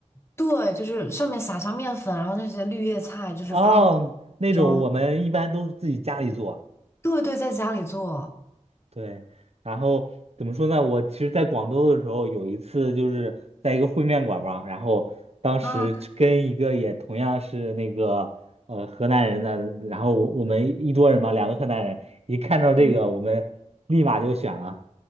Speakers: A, on the left; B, on the right.
A: 对，就是上面撒上面粉，然后那些绿叶菜就是放
B: 哦，那种我们一般都是自己家里做。
A: 蒸。对对，在家里做
B: 对，然后怎么说呢？我其实，在广州的时候，有一次就是在一个烩面馆嘛，然后当时就跟一个也同样是那个呃河南人的，
A: 啊，
B: 然后我我们一桌人嘛，两个河南人，一看到这个，
A: 嗯，
B: 我们立马就选了。